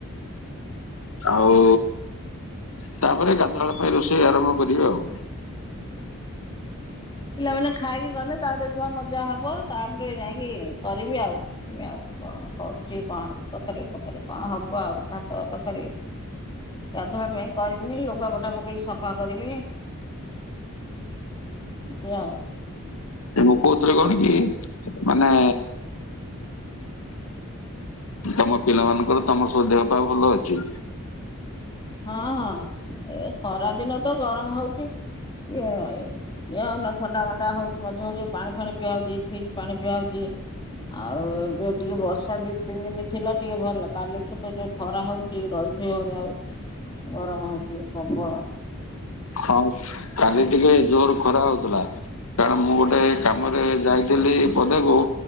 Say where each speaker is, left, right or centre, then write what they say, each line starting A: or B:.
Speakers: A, on the left (about 70°); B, on the left (about 20°).
A: ଆଉ ତାପରେ ଗାଧୁଆ ବେଳପାଇଁ ରୋଷେଇ ଆରମ୍ଭ କରିବେ ଆଉ।
B: ପିଲାମାନେ ଖାଇକି ଗଲେ ତାରେ ଧୁଆ ମଜା ହବ ତାପରେ ଯାଇଁକି କରିବି ଆଉ। <unintelligible> ଆଉ କଣ। କରୁଚି କଣ ତକାରୀ ଫକାରୀ କଣ ହବ ଆଉ, ଭାତ ତକାରୀ। ଗାଧୁଆ ପାଇଁ କରିବି, ଲୁଗାପଟା ପକେଇକି ସଫା କରିବି। <unintelligible> ଆଉ।
A: ଏ ମୁଁ କହୁଥିଲି କଣ କି ମାନେ ତମ ପିଲାମାନଙ୍କର ତମର ସବୁ ଦେହ ପା ଭଲ ଅଛି?
B: ହଁ-ହଁ ଏ ଖରା ଦିନ ତ ଗରମ୍ ହଉଚି <unintelligible> ଇଏ ଆଉ ଥଣ୍ଡା ମଣ୍ଡା ହଉଚି ମଝିରେ-ମଝିରେ ପାଣି ଫଣି ପିଆ ହଉଚି, ଫ୍ରିଜ୍ ପାଣି ପିଆ ହଉଚି। ଆଉ ଏବେ ଟିକେ ବର୍ଷା ଦି ତିନି ଦିନ ଥିଲା ଟିକେ ଭଲ, କାଲିଠୁ ତ ଯୋଉ ଖରା ହଉଚି ର ହି ହଉନି ଆଉ। ଗରମ ହଉଚି ପବଳ।
A: ହଁ କାଲି ଟିକେ ଜୋର ଖରା ହଉଥିଲା। କାରଣ ମୁଁ ଗୋଟେ କାମରେ ଯାଇଥିଲି ପଦାକୁ।